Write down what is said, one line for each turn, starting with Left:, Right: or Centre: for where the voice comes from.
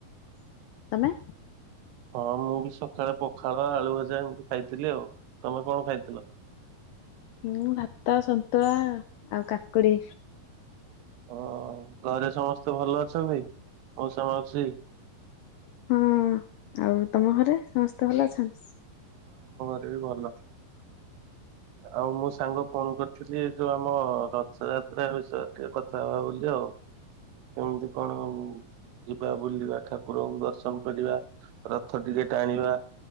Left: <inaudible> ତମେ?
Right: ହଁ ମୁଁ ବି ସଖାଳେ ପଖାଳ ଆଳୁ ଭଜା ଏମତି ଖାଇଥିଲି ଆଉ, ତମେ କଣ ଖାଇଥିଲ?
Left: ମୁଁ ଭାତ ସନ୍ତୁଳା ଆଉ କାକୁଡ଼ି
Right: ଓ ଘରେ ସମସ୍ତେ ଭଲ ଅଛନ୍ତି, ମଉସା ମାଉସୀ?
Left: ହଁ ଆଉ ତମ ଘରେ ସମସ୍ତେ ଭଲ ଅଛନ୍?
Right: ଏ ବି ଭଲ <inaudible> ଆଉ ମୁଁ ସାଙ୍ଗ ଫୋନ କରିଥିଲି ଏ ଯୋଉ ଆମ ରଥ ଯାତ୍ରା ବିଷୟରେ ଟିକେ କଥା ହବା ବୋଲି ଆଉ, <inaudible> କେମତି କଣ ଯିବା ବୁଲିବା ଠାକୁରଙ୍କୁ ଦର୍ଶନ କରିବା ରଥ ଟିକେ ଟାଣିବା।